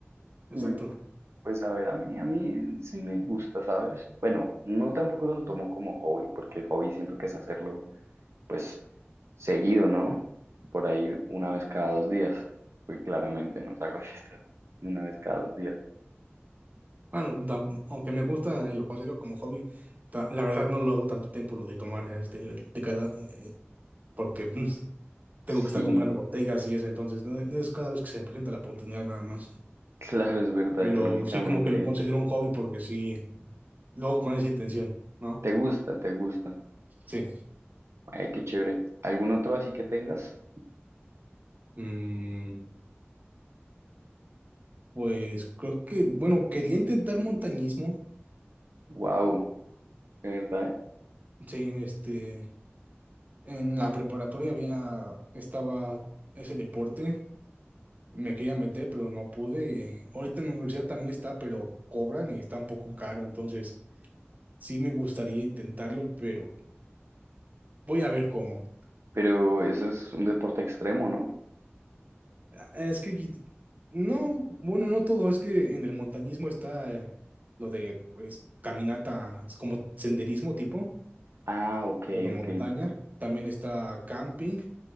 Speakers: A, on the right; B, on the right.
A: exacto.
B: Mm, pues a ver, a mí, a mí sí me gusta, ¿sabes? Bueno, no tampoco lo tomo como hobby, porque el hobby siento que es hacerlo pues seguido, ¿no? Por ahí una vez cada dos días. Pues claramente no salgo de fiesta una vez cada dos días.
A: Bueno, tam- aunque me gusta y lo considero como hobby, ta- la verdad no lo hago tanto tiempo lo de tomar este, de cada, eh, eh, porque mm, tengo
B: Sí,
A: que estar comprando botellas y eso, entonces no, no es cada vez que se me presenta la oportunidad nada más.
B: claro, es verdad,
A: Pero
B: económicamente
A: sí, como que lo considero un hobby porque sí. Luego con esa intención, ¿no?
B: te gusta, te gusta.
A: Sí.
B: Ay, qué chévere. ¿Algún otro así que tengas?
A: Mm, pues creo que, bueno, quería intentar montañismo.
B: Wow, de verdad. ¿eh?
A: Sí, este, en la preparatoria había, estaba ese deporte. Me quería meter, pero no pude. y ahorita en la universidad también está, pero cobran y está un poco caro. Entonces, sí me gustaría intentarlo, pero voy a ver cómo.
B: Pero eso es un deporte extremo, ¿no?
A: Ah, Es que no, bueno, no todo, es que en el montañismo está eh, lo de pues caminata, es como senderismo tipo,
B: Ah, ok,
A: pero montaña,
B: ok.
A: también está camping,